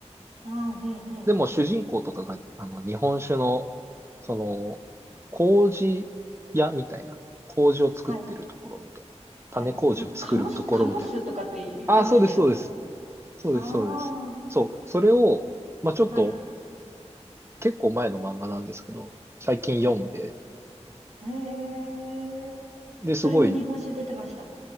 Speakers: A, on the right (about 85°); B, on the right (about 20°).
A: あ、うん、うん、
B: でも主人公とかが、
A: うん。
B: あの、日本酒の、その、麹屋みたいな、麹を作ってるところみたいな、
A: はい、はい。
B: 種麹を作るところみたい
A: なんかカモス、カモスとかって言ってましたよね。
B: な。ああ、そうです、そうです。そうです、
A: ああ、
B: そうです。そう、それを、まあちょっと、
A: はい。
B: 結構前の漫画なんですけど、最近読んで、
A: ええ。ええ。
B: で、すごい、
A: それに日本酒出てました。